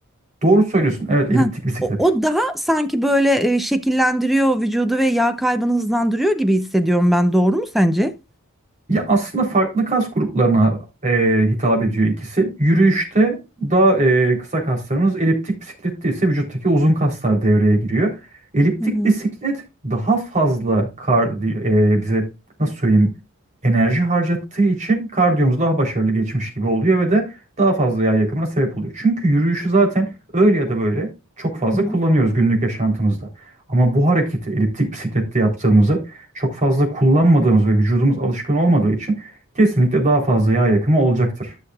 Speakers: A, on the right; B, in the centre.
A: Doğru söylüyorsun. Evet, eliptik
B: Ha.
A: bisiklet.
B: O, o daha sanki böyle e, şekillendiriyor vücudu ve yağ kaybını hızlandırıyor gibi hissediyorum ben. Doğru mu sence?
A: Ya aslında farklı kas gruplarına e, hitap ediyor ikisi. Yürüyüşte daha e, kısa kaslarımız, eliptik bisiklette ise vücuttaki uzun kaslar devreye giriyor. Eliptik
B: Hı hı.
A: bisiklet daha fazla kardi e, bize nasıl söyleyeyim enerji harcattığı için kardiyomuz daha başarılı geçmiş gibi oluyor ve de daha fazla yağ yakımına sebep oluyor. Çünkü yürüyüşü zaten öyle ya da böyle çok fazla
B: Hı hı.
A: kullanıyoruz günlük yaşantımızda. Ama bu hareketi eliptik bisiklette yaptığımızı çok fazla kullanmadığımız ve vücudumuz alışkın olmadığı için kesinlikle daha fazla yağ yakımı olacaktır.